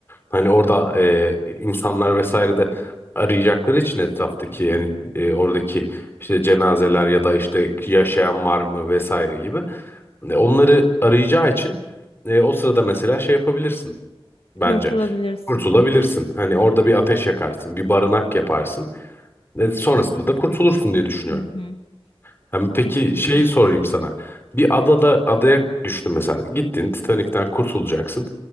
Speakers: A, on the left; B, on the left.
A: Hani orada e, insanlar vesaire de arayacakları için etraftaki yani e, oradaki işte cenazeler ya da işte yaşayan var mı vesaire gibi. E, onları arayacağı için e, o sırada mesela şey yapabilirsin bence.
B: kurtulabilirsin.
A: Kurtulabilirsin. Hani orada bir ateş yakarsın, bir barınak yaparsın. E, sonrasında da kurtulursun diye düşünüyorum.
B: Hı hı.
A: Hem peki
B: Kesinlikle.
A: şeyi sorayım sana. Bir adada adaya düştün mesela. Gittin Titanik'ten kurtulacaksın.